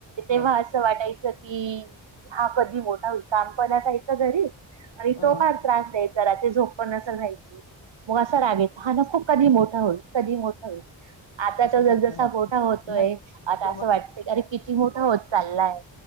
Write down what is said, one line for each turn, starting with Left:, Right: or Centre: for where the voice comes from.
Right: तेव्हा
Left: हो
Right: असं वाटायचं की हा कध धी मोठा होईल काम करण्यासाठी घरी आणि
Left: अ, अ,
Right: तो फार त्रास द्याय रात्री झोप पण नसेल व्हायची. मग असा राग यायचा हा न खूप कधी मोठा होईल कधी मोठा होईल आता
Left: तसच
Right: तस
Left: असत
Right: जसा मोठा होतोय
Left: मग
Right: आता
Left: ज-
Right: असं वाटतय की अरे किती मोठा होत चाललाय